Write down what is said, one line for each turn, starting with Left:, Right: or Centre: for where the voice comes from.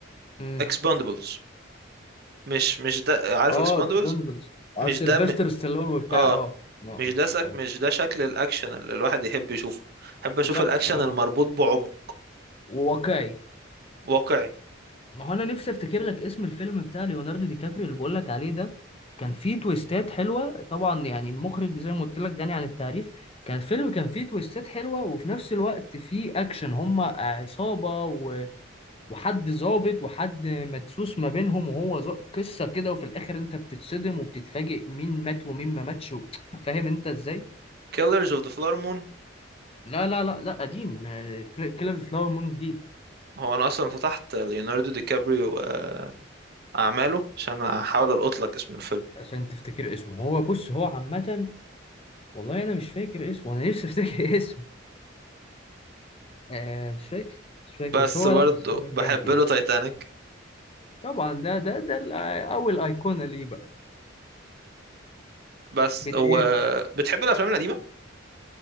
Left: امم
Right: اكسباندبلز مش مش ده عارف
Left: اه
Right: اكسباندبلز
Left: ديبندبلز اه
Right: مش
Left: سيلفستر
Right: ده م...
Left: ستالون وبتاع
Right: اه
Left: اه اه
Right: مش ده سك...
Left: آه، ايوه
Right: مش ده شكل الاكشن اللي الواحد يحب يشوفه احب اشوف
Left: لا
Right: الاكشن
Left: اه
Right: المربوط بعمق
Left: وواقعي
Right: واقعي
Left: ما هو انا نفسي افتكر لك اسم الفيلم بتاع ليوناردو دي كابريو اللي بقول لك عليه ده كان فيه تويستات حلوه طبعا يعني المخرج زي ما قلت لك غني عن التعريف كان فيلم كان فيه تويستات حلوه وفي نفس الوقت فيه اكشن هما عصابه و- وحد ظابط وحد مدسوس ما بينهم وهو ظا- قصه كده وفي الاخر انت بتتصدم وبتتفاجئ مين مات ومين ما ماتش و- فاهم انت ازاي
Right: كيلرز اوف ذا فلور مون
Left: لا لا لا لا قديم كيلر فلاور مون جديد
Right: هو انا اصلا فتحت ليوناردو دي كابريو آه، اعماله عشان احاول القط لك اسم الفيلم
Left: عشان تفتكر اسمه هو بص هو عامة والله انا مش فاكر اسمه انا نفسي افتكر <laughs> اسمه آه مش فاكر مش فاكر
Right: بس
Left: بس هو
Right: برضه
Left: لا بس هو كان
Right: بحب
Left: جامد يعني
Right: له تايتانيك
Left: طبعا ده ده ده ال- اول ايقونه ليه بقى
Right: بس
Left: بداياته
Right: هو بتحب الافلام القديمه